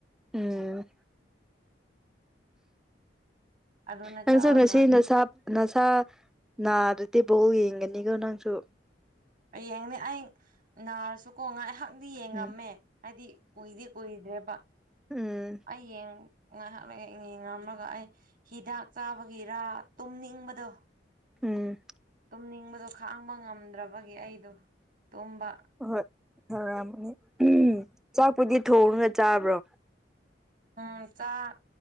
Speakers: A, in the centre; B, on the right.
A: ꯎꯝ
B: ꯑꯗꯨꯅ
A: ꯅꯪꯁꯨ
B: ꯆꯥꯔꯒ
A: ꯉꯁꯤ ꯅꯁꯥ ꯅꯁꯥ ꯅꯥꯗ꯭ꯔꯗꯤ ꯕꫭꯜ ꯌꯦꯡꯒꯅꯤꯀꯣ ꯅꯪꯁꯨ
B: ꯑꯩ ꯌꯦꯡꯅꯦ ꯑꯩ ꯅꯥꯔꯁꯨ ꯀꯣ ꯉꯥꯏꯍꯥꯛꯗꯤ ꯌꯦꯡꯉꯝꯃꯦ
A: ꯎꯝ
B: ꯍꯥꯏꯗꯤ ꯀꯨꯏꯗꯤ ꯀꯨꯏꯗ꯭ꯔꯦꯕ
A: ꯎꯝ
B: ꯑꯩ ꯌꯦꯡ ꯉꯥꯏꯍꯥꯛ ꯂꯩ ꯌꯦꯡꯔꯝꯔꯒ ꯑꯩ ꯍꯤꯗꯥꯛ ꯆꯥꯕꯒꯤꯔꯥ ꯇꯨꯝꯅꯤꯡꯕꯗꯣ
A: ꯎꯝ
B: ꯇꯨꯝꯅꯤꯡꯕꯗꯣ ꯈꯥꯡꯕ ꯉꯝꯗ꯭ꯔꯕꯒꯤ ꯑꯩꯗꯣ ꯇꯨꯝꯕ
A: ꯍꯣꯏ ꯍꯣꯏ ꯍꯥꯔꯝꯃꯅꯤ ꯎꯝ ꯆꯥꯛꯄꯨꯗꯤ ꯊꯣꯡꯉꯒ ꯆꯥꯕ꯭ꯔꯣ
B: ꯎꯝ ꯆꯥꯛ